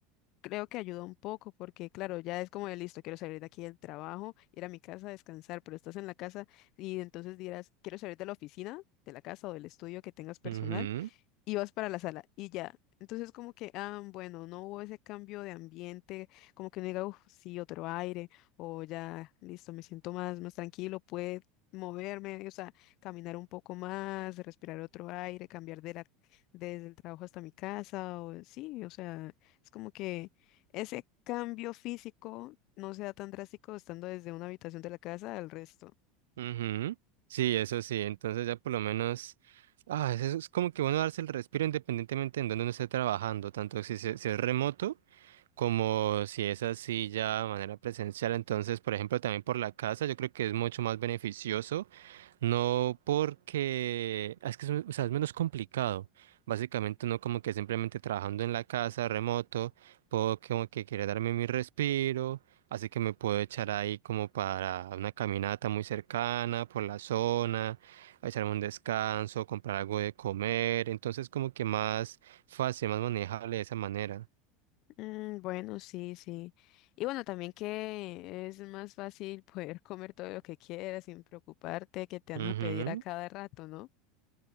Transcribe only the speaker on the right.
Ujú,
ujú. Sí, eso sí. Entonces ya por lo menos... Ah, eso es como que bueno darse el respiro independientemente en donde uno esté trabajando, tanto si, se- si es remoto. Como si es así ya de manera presencial, entonces, por ejemplo, también por la casa, yo creo que es mucho más beneficioso, no porque, ah, es que es, o sea, es menos complicado. Básicamente uno como que simplemente trabajando en la casa, remoto, puedo como que quiere darme mi respiro, así que me puedo echar ahí como para una caminata muy cercana por la zona, a echarme un descanso, comprar algo de comer, entonces como que más fácil, más manejable de esa manera.
Ujú.